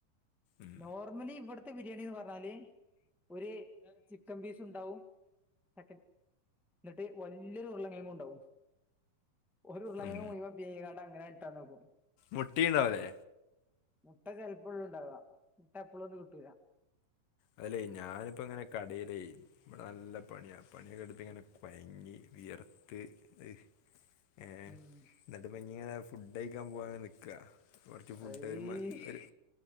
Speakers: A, on the left; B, in the centre.
A: ഉം
B: നോർമലി ഇവിടത്തെ ബിരിയാണിന്ന് പറഞ്ഞാല് ഒരു ചിക്കൻ പീസുണ്ടാവും തെക്കൻ എന്നിട്ട് വല്യയൊരു ഉരുള കെഴങ്ങുണ്ടാവും ഒരു ഉരുളകെഴങ്ങ്
A: ഉം
B: മുഴുവേം വേവിക്കാണ്ടങ്ങനെ ഇട്ടാണ്ടാക്കും
A: മുട്ടയിണ്ടാവല്ലേ
B: മുട്ട ചെലപ്പോഴുണ്ടാവാ മുട്ട എപ്പളുവൊന്നും കിട്ടൂല
A: അയിലെ ഞാനിപ്പോ ഇങ്ങനെ കടേലെ ഇവടെ നല്ല പണിയാ പണിയൊക്കെ എടുത്തിങ്ങനെ കുയങ്ങി വിയർത്ത് അഹ്
B: ഉം
A: എന്നിട്ടപ്പഞ്ഞിങ്ങനെ ഫുഡ് കഴിക്കാൻ പോവാൻ നിക്ക കുറച്ച് ഫുഡ്
B: അയീഷ്
A: ഒരു